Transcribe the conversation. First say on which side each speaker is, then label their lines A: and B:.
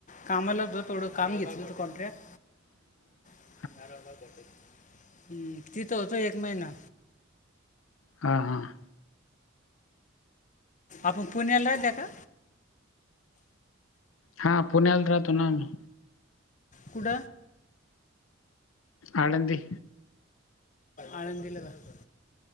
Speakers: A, on the left; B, on the left.
A: कामाला होतो, थोडं कामं घेतलं होतं, कॉन्ट्रक्ट
B: <inaudible>
A: <inaudible> हम्म तिथं होतो एक महिना
B: हां हां.
A: आपण पुण्याला राहत्या का?
B: हा पुण्याला राहतो ना आम्ही.
A: कुड?
B: आळंदि.
A: आळंदिला राहतो,